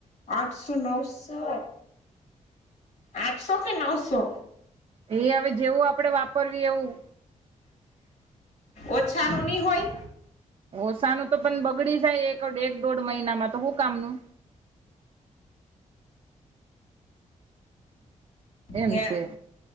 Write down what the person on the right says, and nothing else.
એ હવે જેવું આપડે વાપરવી એવું.
ઓસાનું તો પણ બગડી જાય, એક એક દોઢ મહિનામાં તો હું કામનું? એમ
છે